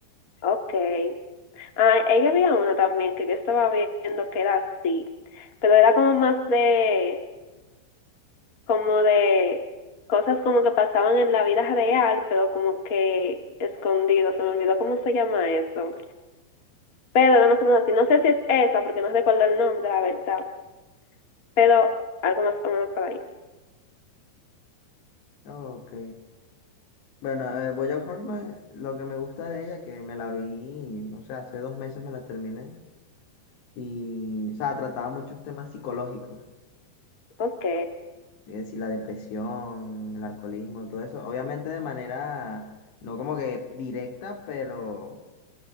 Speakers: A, on the left; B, on the left.
A: Ok. Ah, ella había una también que yo estaba viendo que era así, pero era como más de, como de cosas como que pasaban en la vida real, pero como que escondido. Se me olvidó cómo se llama eso. Pero era más o menos así. No sé si es esa, porque no recuerdo el nombre, la verdad. Pero algo más o menos por ahí.
B: Ok. Bueno, eh, BoJack Horseman, lo que me gusta de ella, que me la vi, no sé, hace dos meses me la terminé, y, o sea, trataba muchos temas psicológicos,
A: Ok,
B: es decir, la depresión, el alcoholismo, todo eso, obviamente de manera, no como que directa, pero